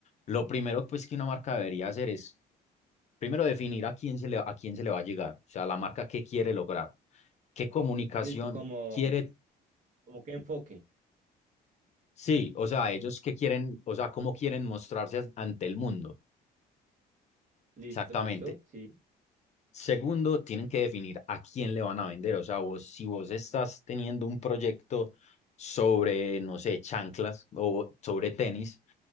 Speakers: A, on the left; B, on the right.
A: lo primero pues que una marca debería hacer es primero definir a quién se le, a quién se le va a llegar, o sea, la marca qué quiere lograr, qué comunicación
B: Listo, como,
A: quiere,
B: como qué enfoque.
A: sí, o sea, ellos qué quieren, o sea, cómo quieren mostrarse as- ante el mundo,
B: Listo,
A: exactamente.
B: listo, sí.
A: Segundo, tienen que definir a quién le van a vender. O sea, vos, si vos estás teniendo un proyecto sobre, no sé, chanclas o sobre tenis,